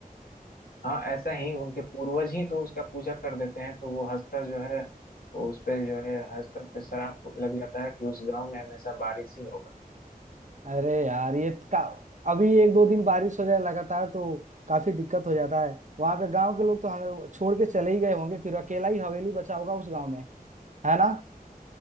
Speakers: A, on the left (about 70°); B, on the right (about 50°).
A: हाँ ऐसा ही उनके पूर्वज ही तो उसका पूजा कर देते हैं तो वो हस्तर जो है वो उस पे जो है हस्तर पे श्राप लग जाता है कि उस गांव में हमेशा बारिश ही होगा
B: अरे यार ये का अभी एक दो दिन बारिश हो जाए लगातार तो काफी दिक्कत हो जाता है वहां पे गांव के लोग तो हमें छोड़ के चले ही गए होंगे फिर अकेला ही हवेली बचा होगा उस गांव में है ना